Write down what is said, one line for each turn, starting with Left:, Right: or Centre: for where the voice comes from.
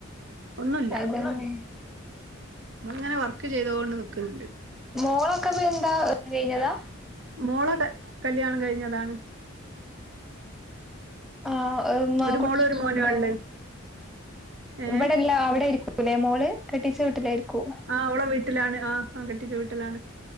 Right: ഒന്നുല്ല.
Centre: അതന്നെ
Right: നമ്മളിങ്ങനെ വർക്ക് ചെയ്തോണ്ട് നിക്ണ്ണ്ട്
Centre: മോളൊക്കെ ഇപ്പ എന്താ കയ്ഞ്ഞതാ?
Right: മോളൊക്കെ കല്യാണം കഴിഞ്ഞതാണ്.
Centre: ആ മാ
Right: ഒരു
Centre: കുട്ട്യേള്ണ്ടോ?
Right: മോളും ഒരു മോനുവാ ഇള്ളെ. ഏഹ്
Centre: ഇവിടെല്ല അവിടെര്ക്കും ഇലേ മോള്. കെട്ടിച്ച വീട്ടിലായിരിക്കു.
Right: ആ ഓളെ വീട്ടിലാണ്. ആ ആ കെട്ടിച്ച വീട്ടിലാണ്.